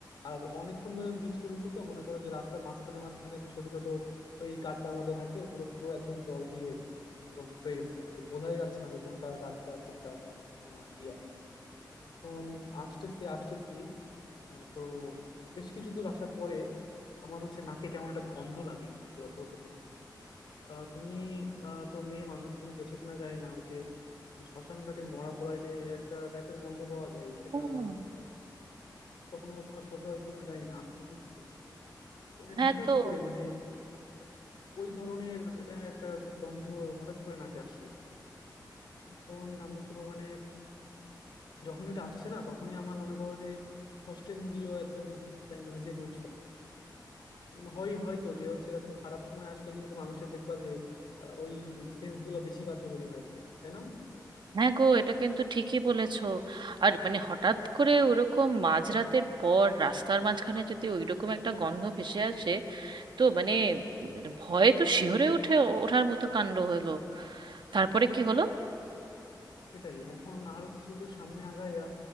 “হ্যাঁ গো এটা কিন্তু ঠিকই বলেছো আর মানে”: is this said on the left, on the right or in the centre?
Right